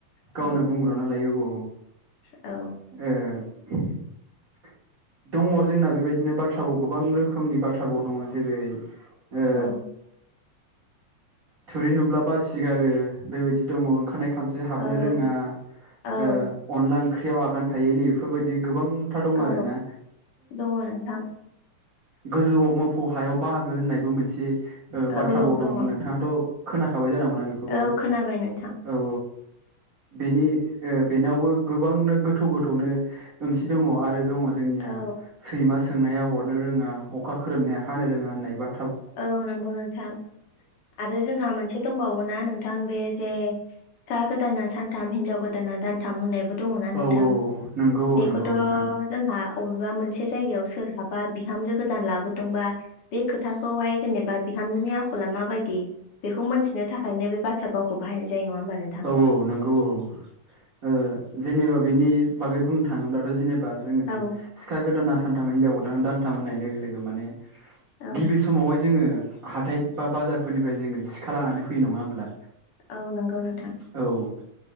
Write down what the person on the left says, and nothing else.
औ।
औ
औ।
औ
औ
औ
दङ नोंथां
औ औ
दङ
औ खोनाबाय नोंथां
औ
औ नंगौ नोंथां आरो जोंहा मोनसे दंबावो ना नोंथां बे जे सिखा गोदाना सानथाम हिनजाव गोदाना दानथाम मोननाय बो दङ ना नोंथां?
बेखौथ'
जोंहा अबेबा मोनसे जायगायाव सोरहा बा बिहामजो गोदान लाबोदोंबा बे खोथा खौहाय जेनेबा बिहामजोनि आखला मा बायदि बेखौ मिथिनो थाखायनो बे बाथ्रा बावखौ बाहायनाय जायो नङा होमबा नोंथां
औ
औ
औ नंगौ नोंथां